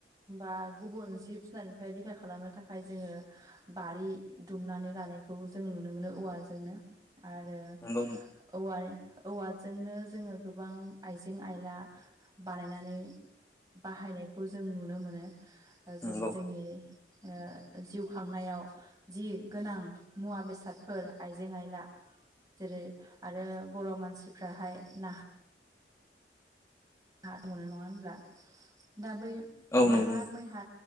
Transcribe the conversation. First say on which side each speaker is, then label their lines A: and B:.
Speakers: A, on the right; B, on the left.
A: बा गुबुन जिब जुनारनिफ्राय रैखा खालामनो थाखाय जोङो बारि दुमनानै लानो जों नुनो मोनो औवाजोंनो आरो
B: नंगौ
A: औवा औ। जोंनो जोङो गोबां आइजें आयला बानायनानै बाहायनायखौ जों नुनो मोनो। जेरै
B: नंगौ
A: जोंनि ओ जिउ खांनायाव जि गोनां मुवा बेसादफोर आइजें आयला जेरै आरो। बर' मानसिफ्राहाय नाहा नाद मनो नङा होनब्ला दा बै
B: औ
A: नाहा
B: नंगौ नोंथां
A: मैहा